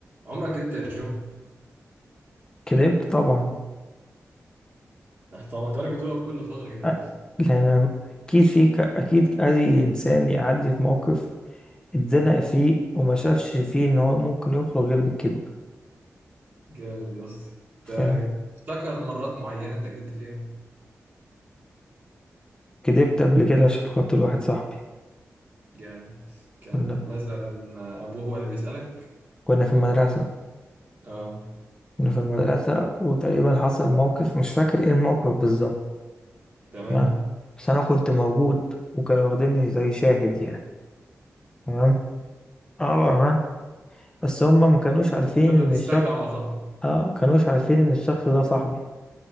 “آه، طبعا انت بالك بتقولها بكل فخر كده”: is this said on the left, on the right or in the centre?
Right